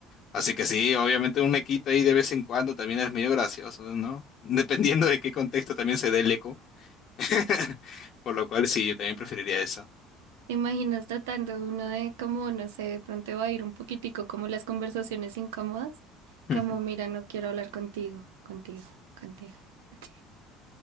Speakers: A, on the left; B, on the right.
A: Así que sí, obviamente un equito ahí de vez en cuando también es medio gracioso, ¿no? Dependiendo de qué contexto también se dé el eco. <laughs> Por lo cual sí, yo también preferiría eso.
B: ¿Te imaginas tratando uno de como, no sé, de pronto va a ir un poquitico como las conversaciones incómodas?
A: <laughs>
B: Como, mira, no quiero hablar contigo, contigo, contigo. <laughs>